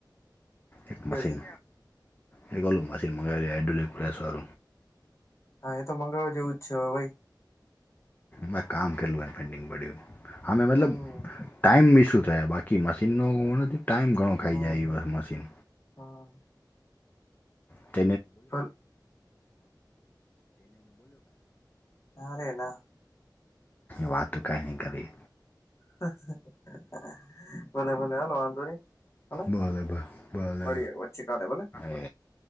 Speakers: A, on the left; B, on the left.
A: એક મશીન
B: છે
A: એત ઓલું મંગાયું હાઇડ્રોલિક પ્રેશર
B: હા એ તો મંગાવવા જેવું જ છે હવે ભાઈ
A: મે કામ કરલું પેન્ડિંગ પડ્યું હા મેં
B: હમ
A: મતલબ ટાઈમ મીશું થાય બાકી મશીનનો હુ નથી ટાઈમ ઘણો ખાઈ
B: હમ
A: જાય
B: હમ
A: એ બસ મશીન
B: હા.
A: <unintelligible>
B: હે ના રે ના
A: વાતો કાંઈ નહી કરી.
B: <inaudible> <unintelligible> ભલે ભલે હાલો વાંધો નહીં ભલે
A: બોલે બા બોલે
B: મળીએ પછી કાલે ભલે
A: એ